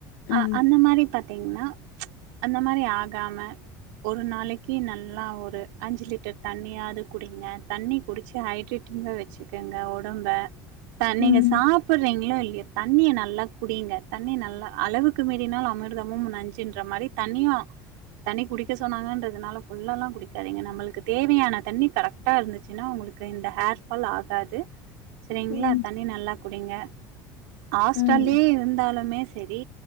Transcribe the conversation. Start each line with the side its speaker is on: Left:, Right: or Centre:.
Right: அ
Left: ம்,
Right: அந்த மாதிரி பாத்தீங்னா ச்ச அந்த மாதிரி ஆகாம ஒரு நாளைக்கி நல்லா ஒரு அஞ்சு லிட்டர் தண்ணியாது குடிங்க தண்ணி குடிச்சு ஹைட்ரேட் ங்க வச்சுக்கங்க ஒடம்ப நீங்க
Left: ம்,
Right: சாப்பிடுறீங்களோ இல்லையோ தண்ணிய நல்லா குடிங்க தண்ணி நல்லா அளவுக்கு மீறினால அமிர்தமும் நஞ்சுன்ற மாரி தண்ணியும் தண்ணி குடிக்க சொன்னாங்கன்றதுனால ஃபுல்லாலாம் குடிக்காதீங்க நம்மளுக்கு தேவையான தண்ணி கரெக்ட் டா இருந்துச்சினா உங்களுக்கு இந்த ஹேர்ஃபால் ஆகாது செரிங்ளாக
Left: ம்,
Right: தண்ணி நல்லா குடிங்க ஹாஸ்டல்
Left: ம்,
Right: லருந்தாலுமே செரி